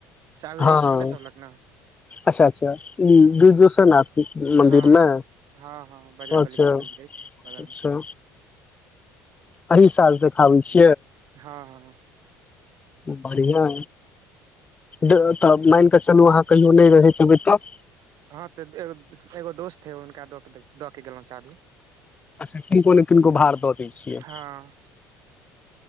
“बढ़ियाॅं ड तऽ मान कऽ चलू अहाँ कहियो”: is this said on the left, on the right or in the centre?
Left